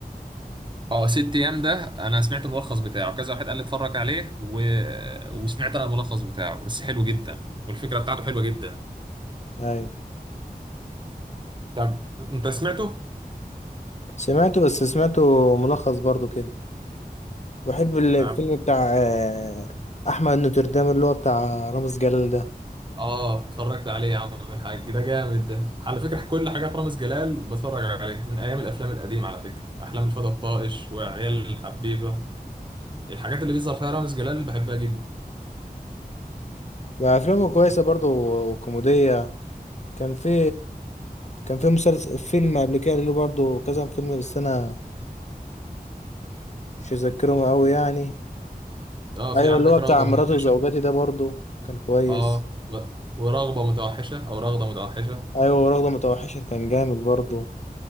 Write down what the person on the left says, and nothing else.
ايوه
سمعته بس سمعته ملخص برضو كده بحب الفيلم
بتاع آه، احمد نوتردام اللي هو بتاع رامز جلال ده
وافلامه كويسه برضو وكوميديه كان في كان في مسلسل فيلم قبل كده له برضو كذا فيلم بس انا مش مذكرهم قوي يعني
ايوه
اللي هو
بتاع مراته
وزوجاتي ده برضو كان كويس
ايوه ورغده متوحشه كان جامد برضو